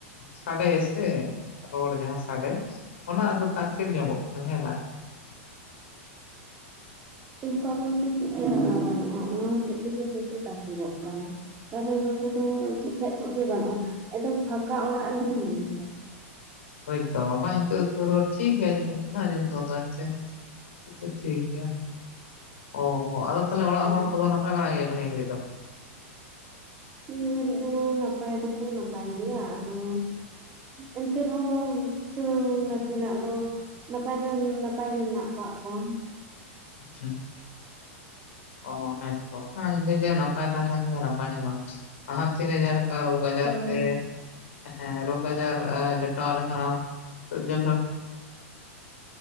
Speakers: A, on the left; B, on the right.
A: ᱥᱟᱰᱮ ᱥᱮ ᱨᱚᱲ ᱡᱟᱦᱟᱸ ᱥᱟᱰᱮ ᱚᱱᱟ ᱟᱫᱚ ᱛᱟᱠᱮᱨ ᱧᱚᱜᱚᱜ ᱠᱟᱱᱟ ᱦᱮᱸ ᱵᱟᱝ
B: ᱤᱱᱠᱟ ᱵᱚᱞᱛᱮ ᱪᱮᱫ ᱛᱮ <unintelligible> ᱚᱱᱟ ᱦᱚᱛᱮᱡ ᱛᱮᱜᱮ ᱦᱭ ᱛᱟᱠᱤᱨᱚᱜ ᱠᱟᱱᱟ ᱠᱟᱨᱚᱱ ᱱᱚᱰᱮ ᱫᱚ ᱪᱮᱫ ᱠᱷᱟᱱ ᱪᱮᱫ ᱜᱮ ᱵᱟᱹᱱᱩᱜᱼᱟ ᱮᱠᱫᱚᱢ ᱯᱷᱟᱸᱠᱟ ᱚᱲᱟᱜ ᱨᱮᱜᱮ <unintelligible>
A: ᱦᱳᱭᱛᱚ ᱵᱟᱝ ᱱᱤᱛᱚᱜ ᱫᱚ ᱨᱚᱲ ᱴᱷᱤᱠᱜᱮ ᱟᱸᱡᱚᱢᱚᱜ ᱠᱟᱱᱟ ᱟᱸᱡᱚᱢ ᱫᱚᱦ ᱮᱱᱛᱮ ᱟᱪᱷᱟ ᱴᱷᱤᱠ ᱜᱮᱭᱟ ᱚ ᱟᱫᱚ ᱛᱟᱦᱚᱞᱮ ᱚᱲᱟᱜ
B: ᱠᱟᱫᱤᱧᱟ
A: ᱦᱚᱲ ᱠᱚᱫᱚ ᱱᱟᱯᱟᱭ ᱵᱟᱲᱟᱭ ᱜᱮ ᱱᱤᱭᱟᱹᱜᱷᱟᱲᱤ ᱫᱚ
B: ᱱᱤᱭᱟᱹ ᱜᱷᱟᱹᱲᱤᱡ ᱫᱚ ᱱᱟᱯᱟᱭ ᱫᱚᱠᱚ ᱱᱟᱯᱟᱭ ᱜᱮᱭᱟ ᱟᱫᱚ ᱮᱱᱛᱮ ᱨᱮᱦᱚᱸ ᱛᱟᱹᱣ ᱱᱟᱥᱮᱱᱟᱜ ᱫᱚ ᱱᱟᱯᱟᱭ ᱫᱚ ᱱᱟᱯᱟᱭ ᱜᱮ ᱢᱮᱱᱟᱜ ᱠᱟᱜ ᱠᱚᱭᱟ
A: ᱟᱪᱪᱷᱟ ᱚᱸ ᱦᱮᱸᱛᱚ ᱟᱨ ᱤᱧᱫᱚᱝ ᱞᱟᱹᱭᱟ ᱱᱟᱯᱟᱭ ᱛᱟᱦᱮᱞᱮᱸᱠᱷᱟᱱ ᱜᱮ ᱱᱟᱯᱟᱭ ᱦᱮᱸ ᱵᱟᱝ ᱱᱟᱦᱟᱸᱜ ᱛᱤᱨᱮ <unintelligible> ᱨᱳᱜᱽ ᱟᱡᱟᱨ
B: ᱦᱳᱭ
A: ᱛᱮ ᱦᱮᱸ ᱨᱳᱜᱽ ᱟᱡᱟᱨ ᱟᱸᱜ ᱡᱚᱴᱟᱣ ᱞᱮᱠᱷᱟᱱᱟᱢ <unintelligible> ᱧᱮᱞ ᱫᱟᱢ